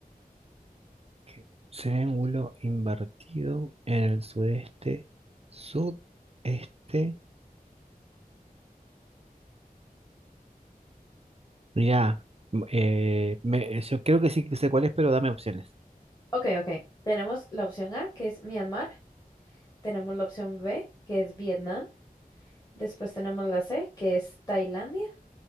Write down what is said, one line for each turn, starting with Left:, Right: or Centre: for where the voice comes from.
Right: ¿qué? triángulo invertido en el sudeste, sudeste. Mira, eh, me- yo creo que sí que sé cuál es, pero dame opciones.
Left: Ok, ok. Tenemos la opción A, que es Myanmar. Tenemos la opción B, que es Vietnam. Después tenemos la C, que es Tailandia.